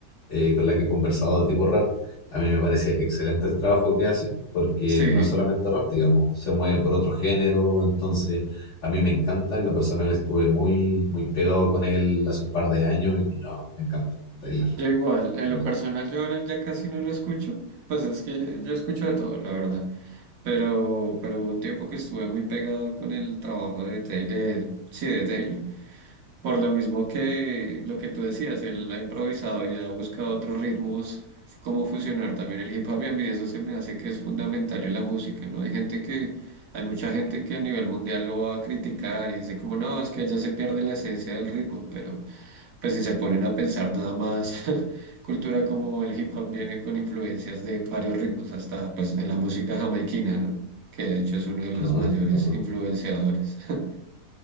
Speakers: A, on the left; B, on the right.
A: eh, con la que he conversado de tipo rap. A mí me parece excelente el trabajo que hace porque
B: Sí,
A: no es solamente rap, digamos, se mueve por otro género. Entonces, a mí me encanta. En lo personal estuve muy, muy pegado con él hace un par de años y no, me encanta Tyler.
B: yo igual, en
A: lo
B: lo
A: mejor.
B: personal yo ahora ya casi no lo escucho, pues es que yo escucho de todo, la verdad, pero, pero hubo un tiempo que estuve muy pegado con el trabajo de Taylor, sí, de Taylor, Por lo mismo que lo que tú decías, él ha improvisado y ha buscado otros ritmos, f- cómo fusionar también el hip hop y a mí eso se me hace que es fundamental en la música, ¿no? Hay gente que, hay mucha gente que a nivel mundial lo va a criticar y dice como, no, es que allá se pierde la esencia del ritmo, pero pues si se ponen a pensar nada más, <laughs> cultura como el hip hop viene con influencias de varios ritmos, hasta pues de la música jamaiquina, ¿no? Que de hecho es uno de los
A: No,
B: mayores
A: de todas formas,
B: influenciadores. <laughs>